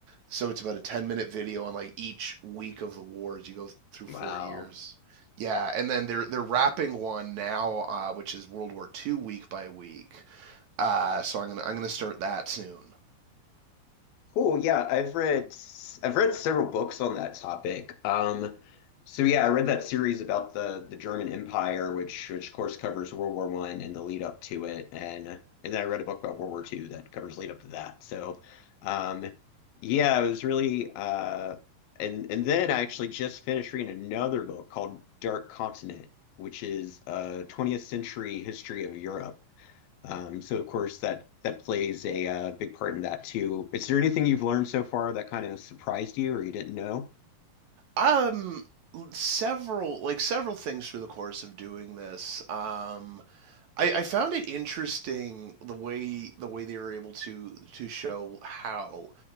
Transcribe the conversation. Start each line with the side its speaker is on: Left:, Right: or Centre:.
Right: so it's about a 10 minute video on like each week of the war as you go through
Left: Wow.
Right: four years yeah, and then they're they're wrapping one now, uh, which is World War Two week by week. Uh, so I'm gonna I'm gonna start that soon.
Left: Cool. Yeah, I've read i I've read several books on that topic. Um, so yeah, I read that series about the the German Empire, which which of course covers World War One and the lead up to it, and and then I read a book about World War Two that covers lead up to that. So, um, yeah, it was really uh, and and then I actually just finished reading another book called Dark Continent, which is a 20th century history of Europe. Um, So Of course, that that plays a uh, big part in that too. Is there anything you've learned so far that kind of surprised you or you didn't know?
Right: Um, several like several things through the course of doing this. Um, I, I found it interesting the way the way they were able to to show how